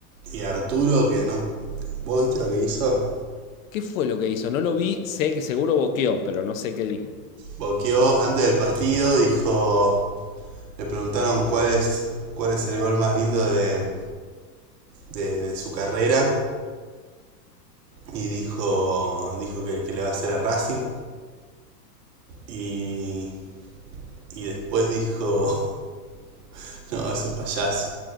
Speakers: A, on the right; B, on the left.
A: y Arturo, que no... ¿Vos viste lo que hizo?
B: ¿Qué fue lo que hizo? No lo vi, sé que seguro boqueó, pero no sé qué dijo.
A: Boqueó antes del partido, dijo... Le preguntaron cuál es, cuál es el gol más lindo de, de, de su carrera y dijo, dijo que, que le va a hacer a Racing y, y después dijo, <laughs> no, es un payaso.